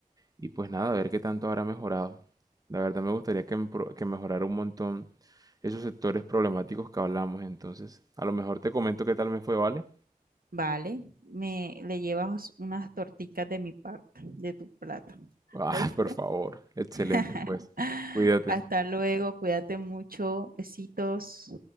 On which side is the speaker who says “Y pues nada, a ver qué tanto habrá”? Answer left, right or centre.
Right